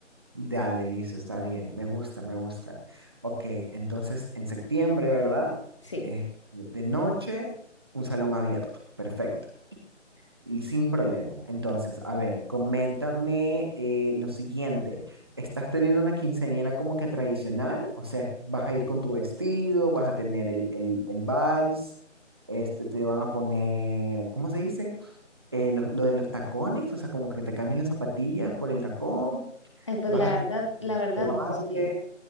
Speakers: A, on the right; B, on the left.
A: Dale, listo, está bien, me gusta, me gusta. Ok, entonces en septiembre, ¿verdad?
B: Sí.
A: Eh, de noche, un salón abierto, perfecto, y sin problema. Entonces, a ver, coméntame eh, lo siguiente, ¿estás teniendo una quinceañera como que tradicional? O sea, ¿vas a ir con tu vestido, vas a tener el, el, el vals? Este, te van a poner, ¿cómo se dice? Eh, lo, lo de los tacones, o sea, como que te cambien las zapatillas por el tacón,
B: Ay, pues
A: vas
B: la
A: a
B: verdad, la verdad
A: tu baile.
B: no sé,